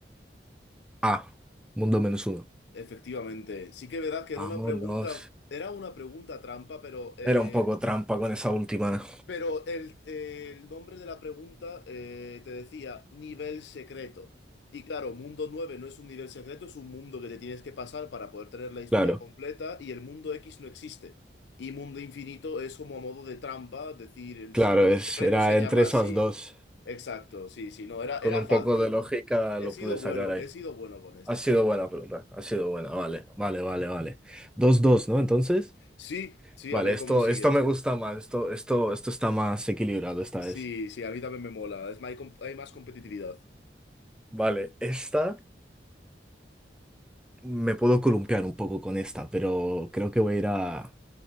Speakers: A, in the centre; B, on the left (about 75°).
A: A, mundo menos uno.
B: Efectivamente, sí que es verdad que era
A: Vámonos.
B: una pregunta, era una pregunta trampa, pero, eh,
A: Era un poco trampa con esa última.
B: pero el, eh, el nombre de la pregunta eh, te decía nivel secreto. Y claro, mundo 9 no es un nivel secreto, es un mundo que te tienes que pasar para poder tener la historia
A: Claro,
B: completa y el mundo X no existe. Y mundo infinito es como a modo de trampa, decir, el
A: claro,
B: el nivel
A: es,
B: secreto
A: era
B: se llama
A: entre esas
B: así.
A: dos.
B: Exacto, sí, sí, no, era, era
A: Con un
B: fácil.
A: poco de lógica
B: He
A: lo
B: sido
A: pude sacar
B: bueno,
A: ahí.
B: he sido bueno con esta
A: Ha sido
B: pregunta.
A: buena pregunta, ha sido buena, vale, vale, vale, vale. Dos, dos, ¿no? Entonces,
B: Sí, sí,
A: vale,
B: a ver
A: esto,
B: cómo sigue
A: esto
B: esto.
A: me gusta más, esto, esto, esto está más equilibrado esta
B: Sí,
A: vez.
B: sí, a mí también me mola. Es, más, hay, com- hay más competitividad.
A: Vale, esta me puedo columpiar un poco con esta, pero creo que voy a ir a